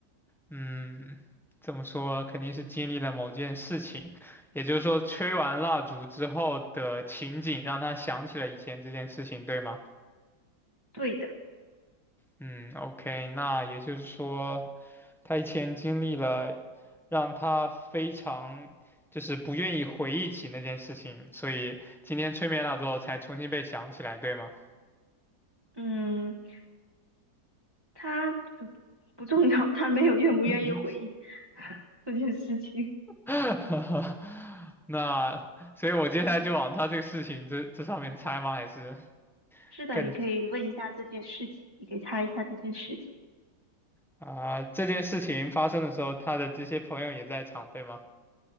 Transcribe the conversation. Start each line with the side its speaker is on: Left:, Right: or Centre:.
Centre: 嗯，怎么说，肯定是经历了某件事情，也就是说，吹完蜡烛之后的情景让他想起了以前这件事情，对吗？
Right: 对的，
Centre: 嗯，OK，那也就是说，他以前经历了让他非常就是不愿意回忆起那件事情，所以今天吹灭蜡烛后才重新被想起来，对吗？
Right: 嗯，他呃不重要，他没有愿不愿意回忆
Centre: <laughs>
Right: <laughs> 这件事情。
Centre: <laughs> 那所以，我接下来就往他这个事情这这上面猜吗？还是
Right: 是的，
Centre: 更
Right: 你可以问一下这件事情，你可以猜一下这件事情。
Centre: 啊、这件事情发生的时候，他的这些朋友也在场，对吗？